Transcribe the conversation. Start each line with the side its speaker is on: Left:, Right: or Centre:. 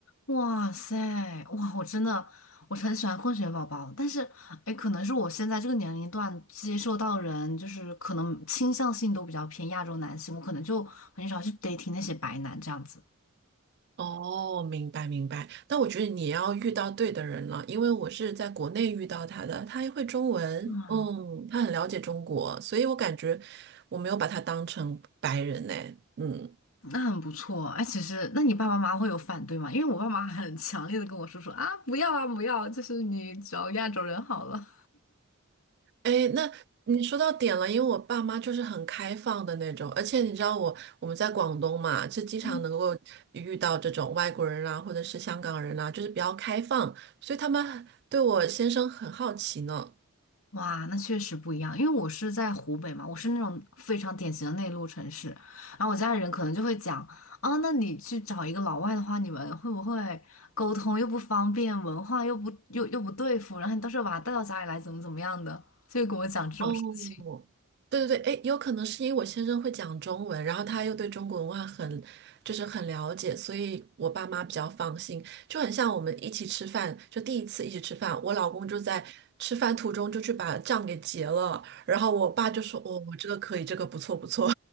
Left: 哇塞，哇，我真的我很喜欢混血宝宝，但是哎，可能是我现在这个年龄段接受到人就是可能倾向性都比较偏亚洲男性，我可能就很少去 dating 那些白男这样子。
Right: 哦，明白明白，但我觉得你也要遇到对的人了，因为我是在国内遇到他的，他还会中文，
Left: 嗯。
Right: 嗯，他很了解中国，所以我感觉我没有把他当成白人呢，嗯，
Left: 那很不错啊。哎，其实，那你爸爸妈妈会有反对吗？因为我爸妈很强烈的跟我说说啊，不要啊，不要，就是你找亚洲人好了。
Right: 哎，那你说到点了，因为我爸妈就是很开放的那种，而且你知道我我们在广东嘛，就经常能够遇到这种外国人啊，
Left: 嗯，
Right: 或者是香港人啊，就是比较开放，所以他们对我先生很好奇呢。
Left: 哇，那确实不一样，因为我是在湖北嘛，我是那种非常典型的内陆城市，然后我家里人可能就会讲，啊，那你去找一个老外的话，你们会不会沟通又不方便，文化又不又又不对付，然后你到时候把他带到家里来，怎么怎么样的，就会跟我讲这种事情。
Right: 哦，对对对，哎，有可能是因为我先生会讲中文，然后他又对中国文化很，就是很了解，所以我爸妈比较放心。就很像我们一起吃饭，就第一次一起吃饭，我老公就在吃饭途中就去把账给结了，然后我爸就说：“哦，我这个可以，这个不错不错。”